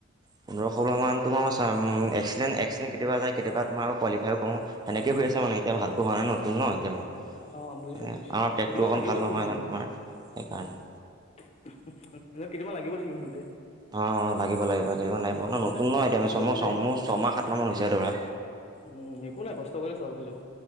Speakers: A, on the right; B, on the left.
A: পোন্ধৰ ষোল্ল মান তোমাৰ উ, এস্কেলেন্ত এস্কেলেন্ত কেতিয়াবা যায় কেতিয়াবা তোমাৰ কোৱোলিফাইও কৰোঁ। সেনেকে হৈ আছে এতিয়াও ভালকে হোৱা নাই ন'। ন এতিয়া মই,
B: আচ্ছা আচ্ছা অ বুজিছো
A: আমাৰ
B: বুজিছো
A: আমাৰ ট্ৰেকটো
B: কেইদিনমান
A: অকণ
B: লাগিবই
A: ভাল নহয়
B: ঠিক হওঁতে
A: মানে তোমাৰ সেইকাৰণে
B: <unintelligible> এনে কেইদিনান লাগিব ঠিক হতে
A: অ', লাগিব লাগিব কেইদিনমান লাগিব
B: একো
A: ন' নতুন
B: নাই একো
A: ন'
B: নাই
A: এতিয়া
B: কষ্ট
A: আমি ছমাহ
B: কৰিলে
A: ছম ছমাহ সাত মাহ মান হৈছে ধৰা।
B: উম একো নাই কষ্ট কৰিলে চব হৈ যাব।